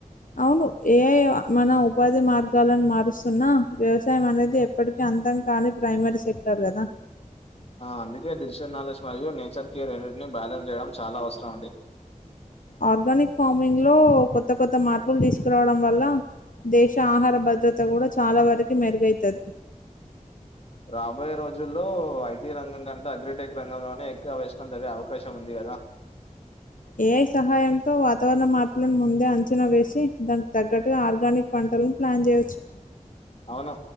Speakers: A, on the left (about 75°); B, on the left (about 50°).
A: అవును ఏఐ మన ఉపాధి మార్గాలను మారుస్తున్నా వ్యవసాయం అనేది ఎప్పటికీ అంతం కాని ప్రైమరీ సెక్టర్ కదా
B: ఆ అందుకే డిజిటల్ నాలెడ్జ్ మరియు నేచర్ కేర్ రెండిటిని బ్యాలెన్స్ చేయడం చాలా అవసరం అండి
A: ఆర్గానిక్ ఫార్మింగ్ లో కొత్త కొత్త మార్పులు తీసుకురావడం వల్ల దేశ ఆహార భద్రత కూడా చాలా వరకు మెరుగైతది
B: రాబోయే రోజుల్లో ఐ టీ రంగం కంటే అగ్రిటెక్ రంగంలోనే ఎక్కువ <unintelligible> జరిగే అవకాశం ఉంది కదా
A: ఏ ఐ సహాయంతో వాతావరణ మార్పులను ముందే అంచనా వేసి దానికి తగ్గట్టుగా ఆర్గానిక్ పం టాలని ప్లాన్ చేయొచ్చు
B: అవును